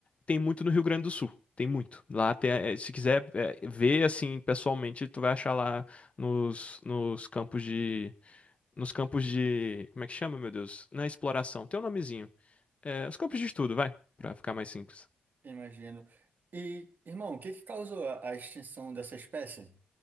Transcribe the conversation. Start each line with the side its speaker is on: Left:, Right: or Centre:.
Left: tem muito no Rio Grande do Sul. Tem muito. Lá tem, eh, se quiser eh, ver assim pessoalmente, tu vai achar lá nos, nos campos de. Nos campos de. Como é que chama, meu Deus? Na exploração. Tem um nomezinho. É, os campos de estudo, vai, pra ficar mais simples.
Right: imagino. E, irmão, o que que causou a, a extinção dessa espécie?